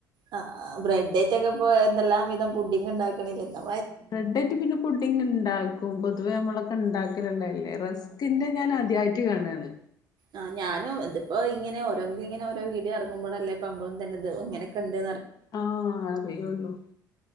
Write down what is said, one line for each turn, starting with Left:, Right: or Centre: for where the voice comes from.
Right: ആ ബ്രെഡേറ്റൊക്കെ ഇപ്പൊ എന്തെല്ലാം വിധം പുഡിങ് ണ്ടാക്കണില്ലല്ലോ.
Left: ബ്രെഡാട്ട് പിന്നെ പുഡിങ്ങിണ്ടാക്കും പൊതുവേ നമ്മളൊക്കെണ്ടാക്കല്ള്ളതല്ലേ റെസ്ക്കിന്റെ ഞാനാ ദ്യായിട്ട് കാണാണ്.
Right: ആ ഞാനും ഇതിപ്പോ ഇങ്ങനെ ഒ <unintelligible> ഓരോ വീഡിയോ ഇറങ്ങ്മ്പളല്ലേ പ്പമളും തന്നെ ഇത് ഇങ്ങനൊക്കെണ്ട്
Left: ആ അറിയൊള്ളൂ.